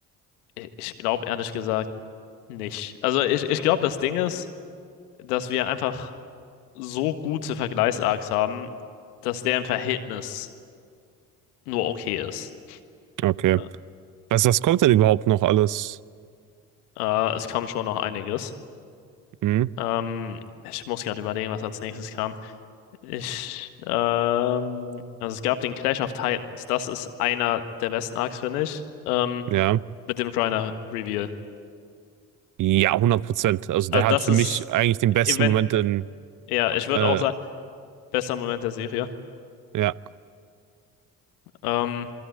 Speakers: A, on the left; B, on the right.
A: äh, ich glaube ehrlich gesagt nicht. Also ich, ich glaube, das Ding ist, dass wir einfach so gute Vergleichsarcs haben, dass der im Verhältnis nur okay ist.
B: Okay.
A: Ä-
B: Was, was kommt denn überhaupt noch alles?
A: Äh, es kam schon noch einiges.
B: Hm?
A: Ähm, ich muss gerade überlegen, was als nächstes kam. Ich, ähm, also es gab den Clash of Titans. Das ist einer der besten Arcs, finde ich. Ähm,
B: Ja.
A: mit dem Reiner Reveal.
B: Ja, hundert Prozent. Also
A: Also
B: der hat
A: das
B: für
A: ist
B: mich eigentlich den
A: Event,
B: besten Moment in,
A: ja, ich würde
B: äh,
A: auch sagen, bester Moment der Serie.
B: ja.
A: Ähm,